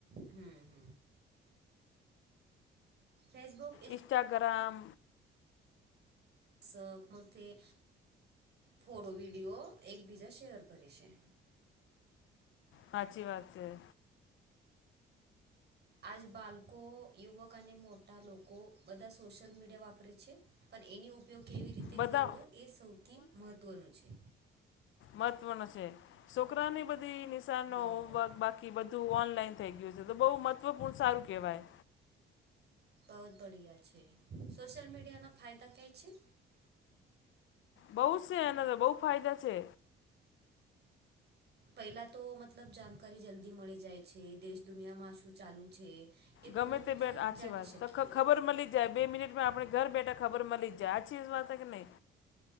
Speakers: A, on the right; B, on the left.
A: હ હ ફેસબુક
B: ઇન્સ્ટાગ્રામ
A: સઅપ મથી ફોટો વિડીયો એકબીજા શેર કરે છે.
B: હાચી વાત છે.
A: આજ બાલકો યુવક અને મોટા લોકો બધા સોશિયલ મીડિયા વાપરે છે પણ એનો ઉપયોગ કેવી રીતે
B: બધા
A: કરવો એ સૌથી મહત્વનું છે.
B: મહત્વનો છે છોકરાની બધી નિશાનનો
A: બ-
B: હોમવર્ક બાક કે બધું ઓનલાઈન થઈ ગયું છે તો બહુ મહત્ત્વપૂર્ણ સારું કહેવાય.
A: બહુત બઢિયા છે સોશિયલ મીડિયા ના ફાયદા કાંઈ છે?
B: બઉ છે એના તો બહુ ફાયદા છે.
A: પહેલા તો મતલબ જાણકારી જલ્દી મળી જાય છે. દેશ દુનિયામાં શું ચાલુ છે એ
B: ગમે
A: તુરંત
B: તે બેટ
A: અહ
B: સાચી
A: જાની
B: વાત
A: શકીએ.
B: તો ખબર મળી જાય બે મિનિટમાં આપડે ઘર બેઠા ખબર મલી જાય આછી વાત કે નહી?